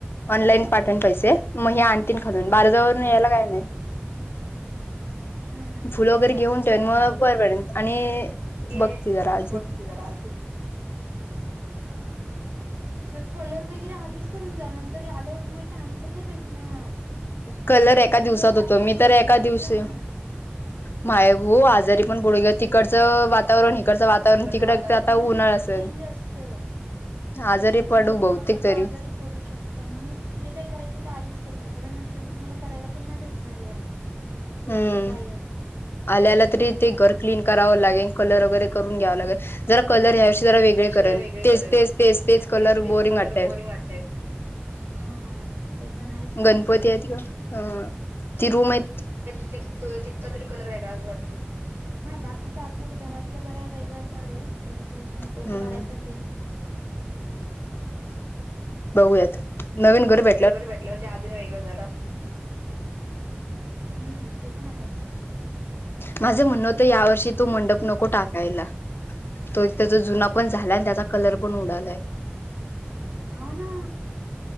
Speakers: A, on the left; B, on the right.
A: ऑनलाईन पाठवेन पैसे मग हे आणतीन खालून
B: हा
A: बाराजून यायला काय नाही.
B: हम्म.
A: फुलं वगैरे घेऊन ठेवन मग बर पडेल आणि,
B: ते
A: बघते जरा अजून
B: वक्ती कराच सर कलर वगैरे आधीच करून जा नंतर आल्यावर तुम्हाला टाइम पण नाही भेटणार.
A: कलर
B: तो
A: एका
B: दिवस
A: दिवसात
B: अख्खा
A: होतो मी
B: झोपण्यात
A: तर एका दिवशी,
B: जाणार.
A: माय हो आजारी पण बडू घे तिकडचं वा, वातावरण इिकडचं वातावरण
B: इकडचं
A: तिकड
B: वातावरण
A: आता तर आता
B: हा
A: उन्हाळा असेल,
B: चेंज असतं.
A: आजारी
B: त्यामुळे
A: पडू बहुतेक
B: तुम्हाला लोक
A: तरी,
B: आजारी पडू शकता म्हणून जे काही करायचे ते आधीच करून द्या परण नंतर मी तुम्हाला करायला पण नाही भेटणार या. गोष्टी
A: हम्म
B: कायच.
A: आल्याला तरी ते घर क्लीन करावं लागेल कलर वगैरे करून घ्यावं लागेल. जरा कलर ह्याविषयी जरा
B: त्यापेक्षा
A: वेगळे करेन
B: जरा वेगळे
A: तेच
B: करेन
A: तेच तेच कलर
B: तेच
A: बोरिंग
B: कलर
A: वाटतय.
B: वाटतय. हा ते. पण आहेच म्हणा.
A: गणपती आहेत ह ति रुमै
B: तित- तितका तरी कलर वेगळा वाटतंय. हा बाकीचा आतमध्ये घरातला जरा वेगळा चालेल. त्याचा काही विषय नाही.
A: हम्म
B: तो तर करायचाचय.
A: बघूयात. नवीन घर भेट
B: नवीन घर भेटल्यावर, ते अजून वेगळं जरा. हम्म, ते पण आहेच.
A: माझं म्हणणं होतं. यावर्षी तो मंडप नको टाकायला. तो एक तेज जुना पण झालाय, न त्याचा कलर पण उडालाय.
B: हा, ना.